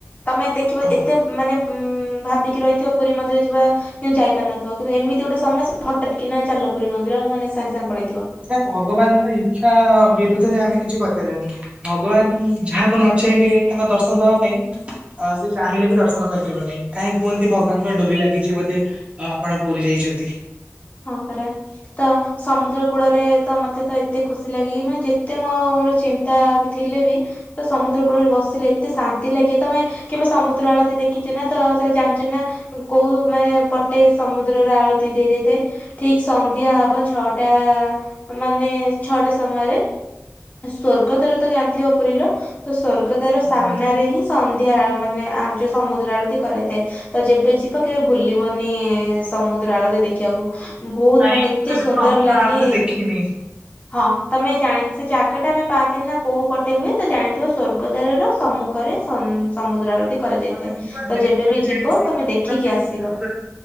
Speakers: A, on the left; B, on the right.
A: ତମେ ଦେଖିବ
B: ହଁ
A: ଏତେ ମାନେ ଉଁ ଭାବିକି ରହିଥିବ ପୁରୀ ମନ୍ଦିର ଯିବା କିନ୍ତୁ ଯାଇପାରୁିନଥୁବ କିନ୍ତୁ ଏମିତି ଗୋଟେ ସମୟ <unintelligible> ହଠାତ୍ କିନା ଚାଲ ପୁରୀ ମନ୍ଦିର ମାନେ ସାଙ୍ଗେ ସାଙ୍ଗେ ପଳେଇଥିବ।
B: <unintelligible> ଭଗବାନଙ୍କ ଇଚ୍ଛା ବିରୁଦ୍ଧରେ ଆମେ କିଛି କହିପାରିବାନି। ଭଗବାନ ହିଁ ଯାହାକୁ ନ ଚାହିଁବେ ତାଙ୍କ ଦର୍ଶନ ଦବା ପାଇଁ ଆ ସେ ଚାହିଁଲେ ବି ଦର୍ଶନ କରିପାରିବ ନାହିଁ କାହିଁକି କୁହନ୍ତି ଭଗବାନଙ୍କର ଡୋରି ଲାଗିଚି ବୋଧେ ଆଉ ଆପଣ ପୁରୀ ଯାଇଚନ୍ତି?
A: ହଁ ପରା ତ ସମୁଦ୍ର କୂଳରେ ତ ମତେ ତ ଏତେ ଖୁସି ଲାଗେ ମାନେ ଯେତେ ମୋର ଚିନ୍ତା ଥିଲେ ବି ତ ସମୁଦ୍ର କୂଳରେ ବସିଲେ ଏତେ ଶାନ୍ତି ଲାଗେ ତମେ କେବେ ସମୁଦ୍ର ଆଳତି ଦେଖିଚେ ନା ତ ସେରା ଜାଣିଚେ ନା କୋଉ ମାନେ ପଟେ ସମୁଦ୍ରରେ ଆଳତି ଦିଆଯାଇଥାଏ। ଠିକ ସନ୍ଧ୍ୟା ହବ ଛଅଟା ମାନେ ଛଅଟା ସମୟରେ ସ୍ୱର୍ଗଦ୍ୱାର ତ ଜାଣିଥିବ ପୁରୀର ତ ସ୍ୱର୍ଗଦ୍ୱାର ସାମ୍ନାରେ
B: ହଁ
A: ହିଁ ସନ୍ଧ୍ୟା ଆଳ ମାନେ ଆଉ ଯୋଉ ସମୁଦ୍ର ଆଳତି କରା ହେଇଥାଏ। ତ ଯେବେ ଯିବ କେବେ ଭୁଲିବନି ସମୁଦ୍ର ଆଳତି ଦେଖିବାକୁ। ବୋହୁତ
B: ନାଇଁ
A: ମାନେ
B: ମୁଁ
A: ଏତେ
B: କେବେ
A: ସୁନ୍ଦର
B: ସମୁଦ୍ର
A: ଲାଗେ
B: ଆଳତି ଦେଖିନି
A: ହଁ ତମେ ଜାଣି ସେ ଜାଗାଟା ଆମେ ପାନ୍ତିନି ନା କୋଉ ପଟେ ହୁଏ ତ ଜାଣିଥିବ ସ୍ୱର୍ଗଦ୍ୱାର ର ସମ୍ମୁ କରେ <unintelligible> ସମୁଦ୍ର ଆଳତି କରାଯାଇଥାଏ
B: କଣ ମୁଁ ଯେତେଥର
A: ତ ଯେବେ ବିି
B: ବି ଯାଇଛି
A: ଯିବ
B: ସମୁଦ୍ର
A: ତମେ ଦେଖିକି
B: କୂଳ
A: ଆସିବ।
B: ମୁଁ ସର୍ବଦା